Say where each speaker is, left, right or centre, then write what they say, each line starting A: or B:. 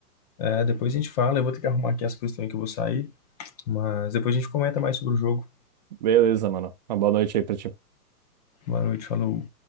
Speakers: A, on the left; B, on the right.
A: É, depois a gente fala, eu vou ter que arrumar aqui as coisas também que eu vou sair, mas depois a gente comenta mais sobre o jogo.
B: Beleza, mano. Uma boa noite aí pra ti.
A: Boa noite, falou.